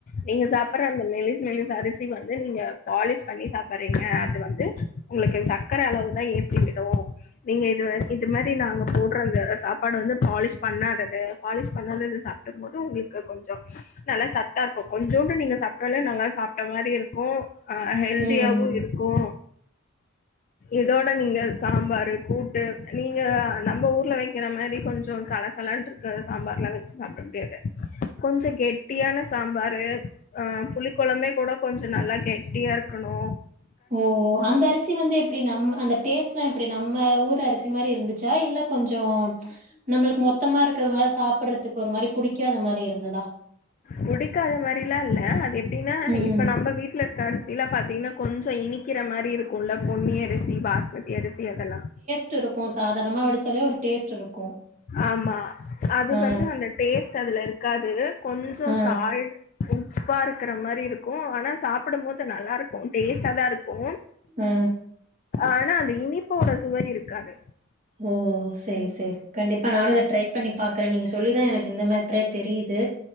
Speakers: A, on the left; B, on the right.
A: நீங்க சாப்பற அந்த மெலீஸ் மெலீஸ் அரிசி வந்து நீங்க பாலிஷ் பண்ணி சாப்பிடுறீங்க அது வந்து உங்களுக்கு சக்கர அளவுதா ஏத்தி விடு நீங்க இது இது மாரி நாங்க போடுறத சாப்பாடு வந்து பாலிஷ் பண்ணாதது பாலிஷ் பண்ணாதது சாப் டும்போது உங்களுக்கு கொஞ்சு நல்ல சத்தா இருக்கு கொஞ்சூண்டு நீங்க சாப்டலே நல்ல சாப்பிட்ட மாரி இருக்கு ஆ ஹெல்தியாவு
B: ம்
A: இருக்கு இதோட நீங்க சாம்பாரு கூட்டு நீங்க நம்ப ஊர்ல வெக்கிற மாரி கொஞ்சு சலசலனு இருக் கா சாம்பார்லா வெச்சு சாப்பிட முடியாது கொஞ்சு கெட்டியான சாம்பாரு ஆ புளிக்கொழம்பே கூட கொஞ்சு நல்லா கெட்டியா இருக்கணு
B: ஓ அந்த அரிசி அரிசி வந்து எப்டி நம் அந்த டேஸ்ட் எல்லா எப்டி நம்ம ஊர் அரிசி மாரி இருந்துச்சா இல்ல கொஞ்சோ ம்ச் நம்மளுக்கு மொத்தமா இருக்கிறதுனால சாப்பிடறதுக்கு ஒரு மாரி புடிக்காத மாரி இருந்ததா
A: புடிக்காத மாரிலா இல்ல அது எப்டின்னா
B: ம்
A: இப்ப நம்ம வீட்டு ட்ல இருக்கிற அரிசிலா பாத்தீங்கன்னா கொஞ்சு இனிக்கிற மாரி இருக்குல்ல பொண்ணி அரி சி பாஸமதி அரிசி அதலா
B: ட்டு இருக்கு சாதாரணமா வடிச்சாலே ஒரு டேஸ்ட் இருக்கு
A: ஆமா அது
B: ஆ
A: வந்து அந்த டேஸ்ட் அதுல இருக்காது கொஞ்சோ
B: ஆ
A: சால்ட் உப்பா இருக்கிற மாரி இருக்கு ஆனா சாப்பிட போது நல்லா இருக்கு டேஸ்ட தா இருக்கு
B: ஆ
A: ஆனா அந்த இனிப்போட சுவை இருக்காது
B: ஓ சேரி சேரி கண்டிப்பா நானு
A: ஆ.
B: இத ட்ரை ரை பண்ணி பாக்குற நீங்க சொல்லிதா எனக்கு இந்த மேட்டரே தெரியுது